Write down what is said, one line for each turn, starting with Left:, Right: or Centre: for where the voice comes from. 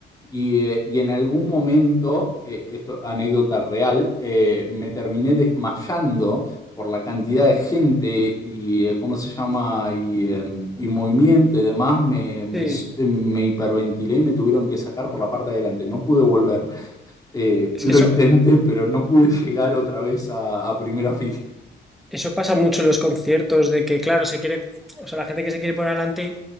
Left: y, eh, y en algún momento, eh, esto anécdota real, eh, me terminé desmayando por la cantidad de gente y eh, cómo se llama y, em, y movimiento y demás, me, me,
Centre: sí.
Left: s- me hiperventilé y me tuvieron que sacar por la parte de adelante, no pude volver. Eh,
Centre: Es
Left: lo
Centre: que eso,
Left: intenté, pero no pude <laughs> llegar otra vez a, a primera fila.
Centre: Eso pasa mucho en los conciertos de que, claro, se quiere, o sea, la gente que se quiere poner adelante,